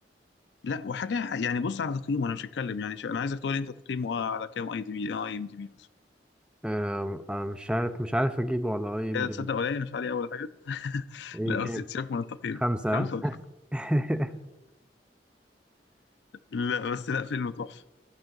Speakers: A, on the left (about 75°); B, in the centre.
A: لا وحاجة يعني بص على تقييمه انا مش هتكلم يعني ش- انا عايزك تقول لي انت تقييمه آه على كام اي دي بي اي ام دي بي مثلا
B: آه آه، مش عارف مش عارف اجيبه على اي ام
A: كده
B: دي
A: تصدق
B: بي
A: قليل مش عليه اول حاجة <laughs>
B: ايه
A: لا
B: كام
A: بس سيبك من التقييم
B: خمسة
A: خمسة <laughs> وتسعة.
B: <laughs>
A: لا بس لا فيلم تحفة